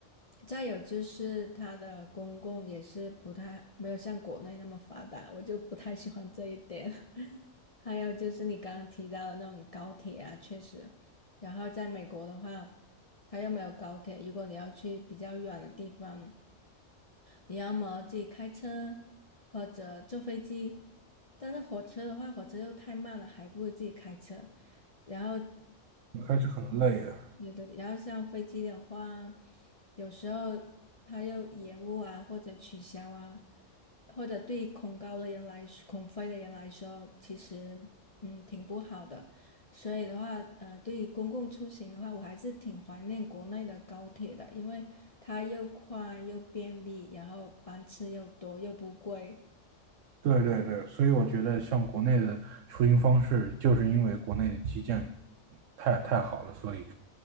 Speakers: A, on the left; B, on the right.
A: 再有就是它的公共也是不太，没有像国内那么发达，我就不太喜欢这一点。<laughs> 还有就是你刚刚提到的那种高铁啊，确实，然后在美国的话，它又没有高铁，如果你要去比较远的地方，你要么自己开车或者坐飞机，但是火车的话，火车又太慢了，还不如自己开车。然后
B: 开车很累啊。
A: 有的，然后像飞机的话，有时候它又延误啊，或者取消啊，或者对恐高的人来说，恐飞的人来说，其实嗯挺不好的。所以的话，呃，对于公共出行的话，我还是挺怀念国内的高铁的，因为它又快又便利，然后班次又多又不贵。
B: 对对对，所以我觉得像国内的出行方式，就是因为国内的基建太太好了，所以